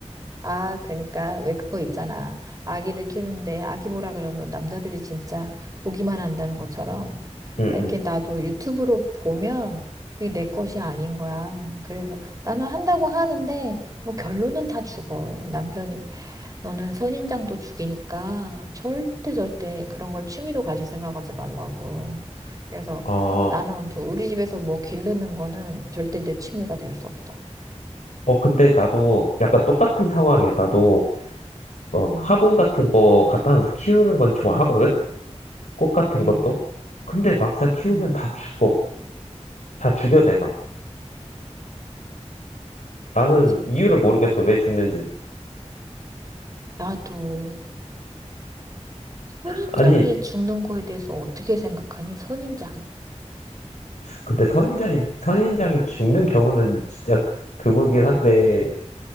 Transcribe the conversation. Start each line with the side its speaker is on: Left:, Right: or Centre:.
Right: 아, 그러니까 왜 그거 있잖아. 아기를 키우는데 아기 보라 그러면 남자들이 진짜 보기만 한다는 것처럼
Left: 응,
Right: 이렇게
Left: 응.
Right: 나도 유튜브로 보면 그게 내 것이 아닌 거야. 그래서 나는 한다고 하는데 뭐 결론은 다 죽어. 남편이 너는 선인장도 죽이니까 절대 절대 그런 걸 취미로 가질 생각하지 말라고. 그래서
Left: 아,
Right: 나는 아무튼 우리 집에서 뭐 기르는 거는 절대 내 취미가 될 수 없어.
Left: 어, 근데 나도 약간 똑같은 상황이야. 나도 뭐
Right: 음,
Left: 화분 같은 거 갖다 놔서 키우는 건 좋아하거든?
Right: 음,
Left: 꽃 같은
Right: 음,
Left: 것도? 근데 막상 키우면
Right: 음.
Left: 다 죽어. 다 죽여, 내가. 나는
Right: 아, 진짜.
Left: 이유를 모르겠어. 왜 죽는지.
Right: 나도 선인장이
Left: 아니,
Right: 죽는 거에 대해서 어떻게 생각하니? 선인장이.
Left: 근데 선인장이, 선인장이 죽는 경우는 진짜 드물긴 한데,